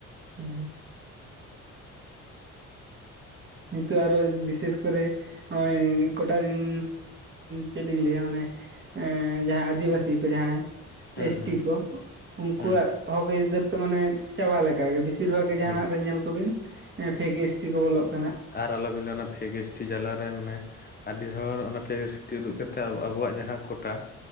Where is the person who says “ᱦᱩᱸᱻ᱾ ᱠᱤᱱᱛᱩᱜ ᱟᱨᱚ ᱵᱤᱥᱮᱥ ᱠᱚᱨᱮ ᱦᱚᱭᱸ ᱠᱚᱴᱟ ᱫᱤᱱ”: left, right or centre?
Right